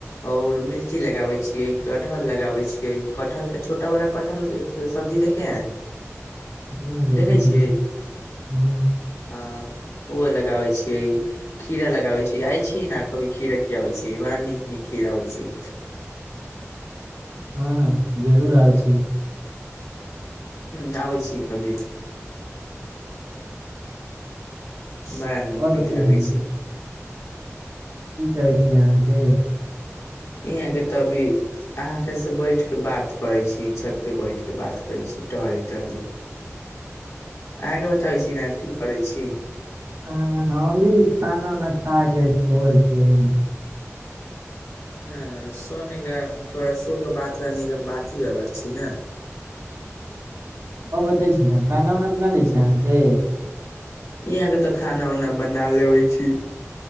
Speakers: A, on the left; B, on the right.
A: आओर मिर्ची लगाबैत छियै कटहल लगाबैत छियै कटहरके छोटा बड़ा कटहर सब्जी देखे है
B: हुं देखे
A: देखै
B: छी
A: छिय
B: हुं
A: आ ओहो लगाबै छियै खीरा लगाबै छी जाइ छी ने कभी खीरा खीयाबै छै बड़ा नीक नीक खीरा होइ छै
B: हँ जरूर आब छी
A: ह आबै छी कभी बड़ा नीक
B: और बताई
A: नीक लागै
B: छी ने
A: छै
B: की कहै छ अहाँके
A: यहाँ के तऽ अभी अहाँ के से बैठ के बात करै छी छत पे बैठ के बात करै छी टहली टहली अहाँके बताबै छी ने की करै छी
B: ह हम भी खाना ने खा के सल छी
A: ह सोने के थोड़ा शो कऽ बात करने के बात ही अलग छी ने
B: ओ बतै छी ने खाना उना बना लै छै अहाँके
A: यहाँ के तऽ खाना उना बना लेबे छी